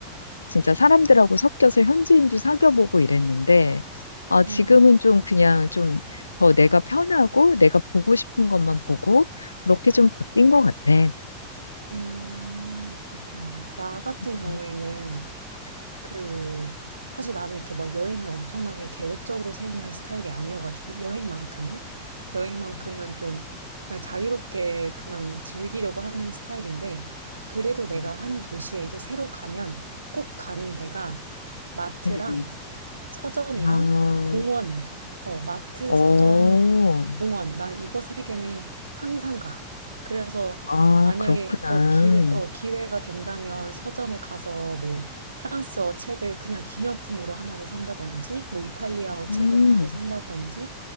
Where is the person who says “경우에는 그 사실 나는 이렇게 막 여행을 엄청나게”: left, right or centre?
Right